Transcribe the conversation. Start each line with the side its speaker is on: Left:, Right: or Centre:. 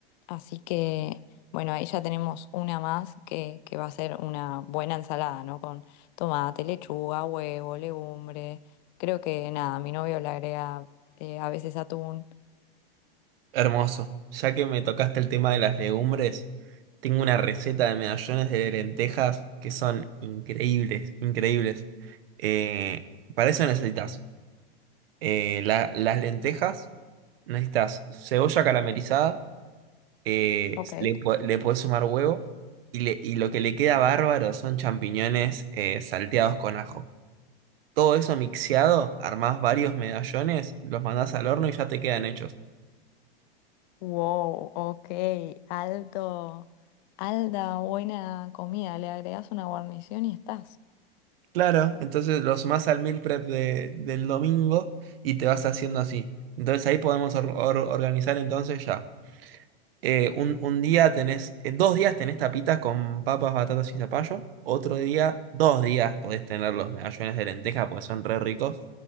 Left: Así que, bueno, ahí ya tenemos una más que, que va a ser una buena ensalada, ¿no? Con tomate, lechuga, huevo, legumbre. Creo que nada, mi novio le agrega eh, a veces atún.
Right: Hermoso. Ya que me tocaste el tema de las legumbres, tengo una receta de medallones de lentejas que son increíbles, increíbles. Eh, para eso necesitas eh, la- las lentejas, necesitas cebolla caramelizada, eh,
Left: Ok.
Right: le, po- le podés sumar huevo y, le- y lo que le queda bárbaro son champiñones eh, salteados con ajo. todo eso mixeado, armás varios medallones, los mandás al horno y ya te quedan hechos.
Left: Wow, ok, alto, alta, buena comida. Le agregas una guarnición y estás.
Right: Claro, entonces los más al meal prep de- del domingo y te vas haciendo así. Entonces ahí podemos or- or- organizar entonces ya. eh, un, un día tenés, eh, dos días tenés tapitas con papas, batatas y zapallo. Otro día, dos días podés tener los medallones de lenteja porque son re ricos.